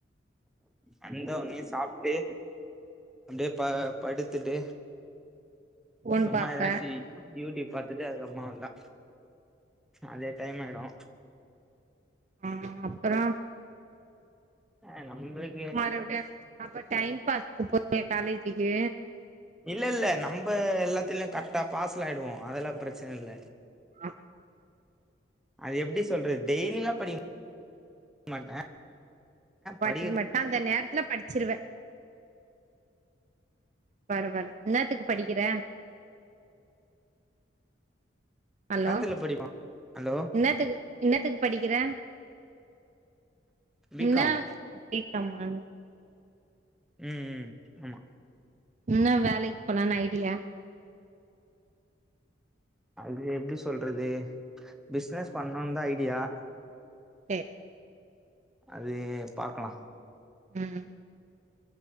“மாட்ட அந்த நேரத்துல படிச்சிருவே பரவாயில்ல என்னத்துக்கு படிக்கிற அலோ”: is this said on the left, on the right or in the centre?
Right